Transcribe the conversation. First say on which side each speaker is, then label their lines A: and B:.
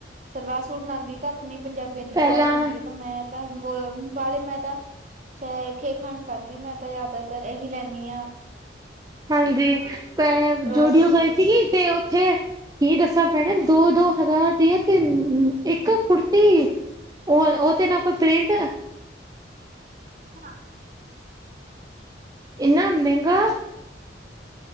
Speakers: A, on the right; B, on the right.
A: ਸਲਵਾਰ ਸੂਟ ਨਉਂਦੀ ਤਾਂ ਆਪਣੀ ਪੰਜਾਬੀ ਬ ਦੀ
B: ਪਹਿਲਾਂ
A: ਟੋਰ ਹੁੰਦੀ ਐ ਤਾਂ ਮੈਂ ਤਾਂ ਬ ਵਾਲੇ ਮੈਂ ਤਾਂ। ਚਾਹੇ ਖੇਖਨ ਕਰਦੀ ਮੈਂ ਤਾਂ ਜ਼ਿਆਦਾਤਰ ਇਹੀ ਲੈਨੀ ਹਾ।
B: ਹਾਂਜੀ ਪੈਂ
A: ਫਰੋਕ
B: ਜੋਡੀਓ
A: ਵਗੈਰਾ
B: ਗਈ ਸੀਗੀ ਤੇ ਉੱਥੇ ਕੀ ਦੱਸਾ ਪੈਨੇ ਦੋ-ਦੋ ਹਜ਼ਾਰ ਦੀਆ ਤਿੰਨ ਇੱਕ ਕੁੜਤੀ। ਉਹ-ਉਹ ਤੇ ਨਾ ਕੋਈ ਪ੍ਰਿੰਟ
A: ਹਾਂ
B: ਇੰਨਾ ਮਹਿੰਗਾ